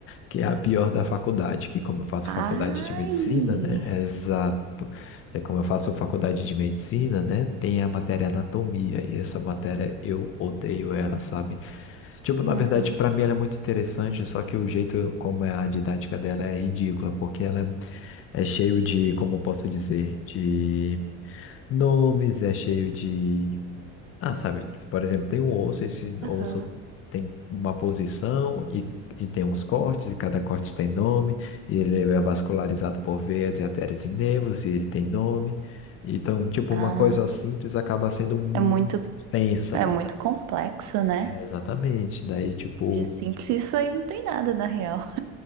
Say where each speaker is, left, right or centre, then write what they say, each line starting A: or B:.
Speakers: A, on the left; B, on the right.
A: que é a pior da faculdade, que como eu faço
B: Ai!
A: faculdade de medicina, né? Exato. É como eu faço faculdade de medicina, né? Tem a matéria anatomia e essa matéria eu odeio ela, sabe? Tipo, na
B: Uhum.
A: verdade, para mim ela é muito interessante, só que o jeito como é a didática dela é ridícula, porque ela é é cheio de, como posso dizer, de nomes, é cheio de. Ah, sabe, por exemplo, tem um osso, esse
B: Aham.
A: osso tem uma posição e, e tem uns cortes, e cada corte tem nome, e ele é vascularizado por veias e artérias e nervos, e ele tem nome. Então, tipo,
B: Ah,
A: uma coisa simples acaba sendo muito
B: é muito,
A: extensa,
B: é
A: tá?
B: muito complexo, né?
A: É, exatamente. Daí, tipo,
B: De simples, isso aí não tem nada na real.